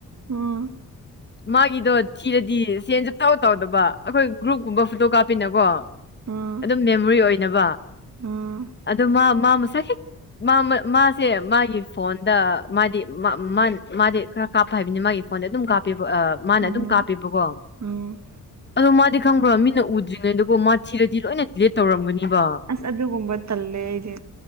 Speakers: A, on the right; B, on the left.
A: ꯎꯝ <inaudible>
B: ꯃꯥꯒꯤꯗꯣ ꯊꯤꯔꯗꯤ ꯁꯦꯟ ꯆꯞ ꯊꯥꯎ ꯇꯧꯗꯕ ꯑꯩꯈꯣꯏ ꯒ꯭ꯔꯨꯞꯀꯨꯝꯕ ꯐꯣꯇꯣ ꯀꯥꯞꯄꯤꯅꯀꯣ
A: ꯎꯝ
B: ꯑꯗꯨꯝ ꯃꯦꯃꯣꯔꯤ ꯑꯣꯏꯅꯕ
A: ꯎꯝ
B: ꯑꯗꯣ ꯃꯥ ꯃꯥ ꯃꯁꯥꯏ ꯍꯦꯛ ꯃꯥ ꯃꯥꯁꯦ ꯃꯥꯒꯤ ꯐꯣꯟꯗ ꯃꯥꯗꯤ ꯃꯥꯗꯤ ꯈꯔ ꯀꯥꯞ ꯍꯥꯏꯕꯅꯤ ꯃꯥꯒꯤ ꯐꯣꯟꯗ ꯑꯗꯨꯝ ꯀꯥꯞꯄ ꯕ ꯃꯥꯅ
A: ꯎꯝ
B: ꯑꯗꯨꯝ ꯀꯥꯞꯄꯦꯕꯀꯣ
A: ꯎꯝ
B: ꯑꯗꯣ ꯃꯥꯗꯤ ꯈꯪꯕ꯭ꯔꯣ ꯃꯤꯅ ꯎꯗ꯭ꯔꯤꯉꯩꯗꯨꯒꯣ ꯊꯦꯔꯗꯤ ꯂꯣꯏꯅ ꯗꯤꯂꯦꯠ ꯇꯧꯔꯝꯒꯅꯤꯕ꯫
A: ꯑꯁ ꯑꯗꯨꯒꯨꯝꯕ ꯇꯜꯂꯦ ꯑꯩꯗꯤ꯫